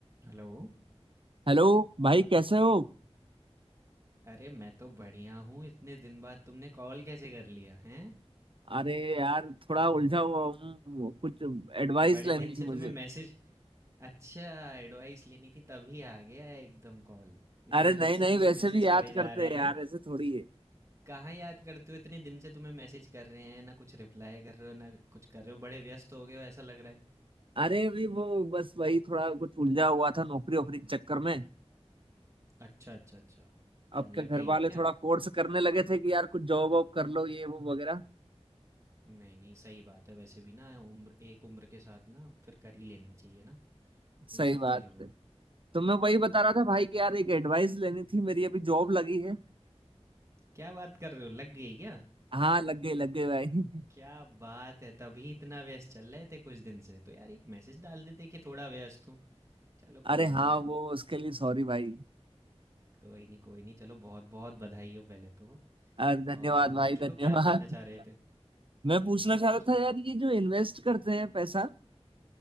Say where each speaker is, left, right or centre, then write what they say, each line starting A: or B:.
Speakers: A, on the right (about 25°); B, on the right (about 50°).
A: Hello
B: Hello भाई कैसे हो
A: अरे मैं तो बढ़िया हूँ इतने दिन बाद तुमने कॉल कैसे कर लिया हैं
B: अरे यार थोड़ा उलझा हुआ हूँ कुछ एडवाइस
A: बड़े
B: लेनी
A: दिन से
B: थी
A: तुम्हें
B: मुझे
A: मैसेज अच्छा एडवाइस लेनी थी तभी आ गया एकदम कॉल इतने
B: अरे नहीं
A: दिन
B: नहीं
A: से तुम्हें
B: वैसे
A: मैसेज
B: भी याद
A: करे जा
B: करते
A: रहे
B: हैं
A: हैं
B: यार ऐसे थोड़ी है
A: कहाँ याद करते हो इतने दिन से तुम्हें मैसेज कर रहे हैं ना कुछ रिप्लाई कर रहे हो ना कुछ कर रहे हो बड़े व्यस्त हो गए हो ऐसा लग रहा है
B: अरे अभी वो बस वही थोड़ा कुछ उलझा हुआ था नौकरी वोकरी के चक्कर में
A: अच्छा अच्छा अच्छा क्या
B: अब
A: लग
B: क्या घर
A: गई
B: वाले
A: है
B: थोड़ा
A: क्या
B: फोर्स करने लगे थे कि यार कुछ जॉब वॉब कर लो ये वो वगैरह
A: नहीं नहीं सही बात है वैसे भी ना उम्र एक उम्र के साथ ना फिर कर ही लेना चाहिए ना
B: सही
A: इन सब
B: बात
A: चीज़ों में
B: है तो मैं वही बता
A: हम्म
B: रहा था भाई कि यार एक एडवाइस लेनी थी मेरी अभी जॉब लगी है
A: क्या बात कर रहे हो लग गई क्या
B: हाँ लग गई लग गई भाई <laughs>
A: क्या बात है तभी इतना व्यस्त चल रहे थे कुछ दिन से तो यार एक मैसेज डाल देते कि थोड़ा व्यस्त हूँ चलो
B: अरे
A: कोई नहीं
B: हाँ
A: यार
B: वो उसके लिए सॉरी भाई
A: कोई नहीं कोई नहीं चलो बहुत बहुत बधाई हो पहले तो
B: अरे धन्यवाद
A: और
B: भाई
A: पूछो
B: धन्यवाद
A: क्या पूछना चाह रहे थे
B: मैं पूछना
A: पूछो
B: चाह
A: पूछो
B: रहा था यार ये जो इन्वेस्ट करते हैं पैसा